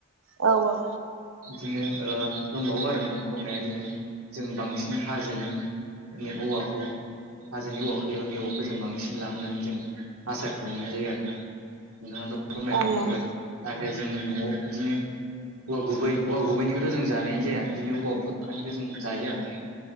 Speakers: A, on the right; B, on the right.
A: औ औ औ।
B: बिदिनो ओ दंबावो आरोना दंनाया इदिनो जों बांसिन हाजोनि औवाखौ हाजोनि औवाखो एबा मेवाखो जों बांसिन लाबोनानै जों आसार खालामनाय जायो आरो ना नोंथाङाथ' फोरमायखाबाय
A: ओं
B: दहाय। नाथाय जोंङो न'आव बिदिनो औवा गुबै औवा गुबैनिखौथ' जों जानायानो जाया बिदिनो औवा बुरखानिखौ जों जायो आरो ना